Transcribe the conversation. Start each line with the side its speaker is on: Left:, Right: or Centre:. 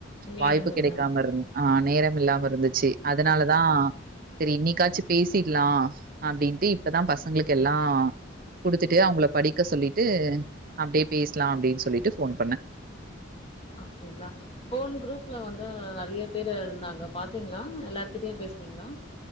Left: நேரம்
Right: வாய்ப்பு
Left: இல்ல
Right: கிடைக்காம இருந் ஆ நேரம் இல்லாம இருந்துச்சு அதனாலதா சரி இன்னைக்காச்சு பேசிடலா அப்டின்ட்டு இப்பதா பசங்களுக்கு எல்லா குடுத்துட்டு அவங்கள படிக்க சொல்லிட்டு அப்டியே பேசலா அப்டின் சொல்லிட் ட்டு ஃபோன் பண்ணே
Left: அப்டிங்ளா ஃபோன் குரூப்ல வந்து நெறைய பேரு இருந்தாங்க பாத்தீங்களா எல்லார்கிட்டயு பேசுனீங்களா